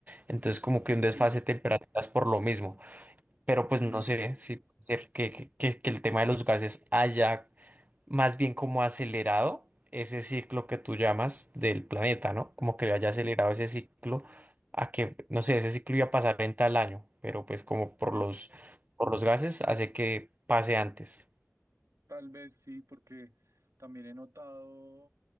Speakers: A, on the right (about 30°); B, on the right (about 80°).
A: Entonces como que
B: sí,
A: un desfase de temperaturas por lo mismo. Pero
B: sí,
A: pues no sé si puede ser que, que, que que el tema de los gases haya más bien como acelerado ese ciclo que tú llamas del planeta, ¿no?
B: sí,
A: Como que le haya acelerado ese ciclo a que, no sé, ese ciclo iba a pasar en tal año, pero pues como por
B: sí.
A: los, por los gases hace que pase antes.
B: Tal vez sí, porque también he notado.